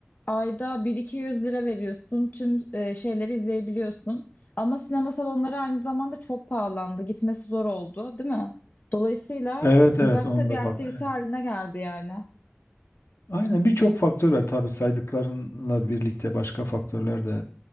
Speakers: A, on the left; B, on the left.
A: Ayda bin iki yüz lira veriyorsun tüm e, şeyleri izleyebiliyorsun. Ama sinema salonları aynı zamanda çok pahalandı gitmesi zor oldu değil mi? Dolayısıyla
B: Evet evet
A: uzakta
B: onu da
A: bir aktivite
B: bak. Evet.
A: haline geldi yani.
B: Aynen birçok faktör var tabii saydıklarınla birlikte başka faktörler de